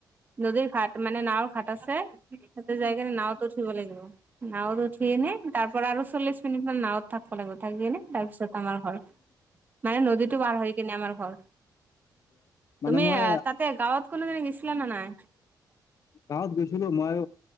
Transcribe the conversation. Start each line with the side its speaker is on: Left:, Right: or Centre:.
Right: নদীৰ ঘাাট মানে নাও ঘাাট আছে, সেইটো জেগ নাওতো উঠিব লাগিব। নাওত উঠি এনে তাৰ পৰা আৰু চল্লি মিনিট মান নাওত থাকি কেনে তাৰপিছত আমাৰ ঘৰ মানে নদীতটো পাৰ হৈ কিনে আমাৰ ঘৰ।
Left: মানে
Right: তুমি
Left: মই
Right: তাতে গাঁৱত কোনোজননে গৈছিলা নে নাই
Left: গাঁৱত গৈছিলো মই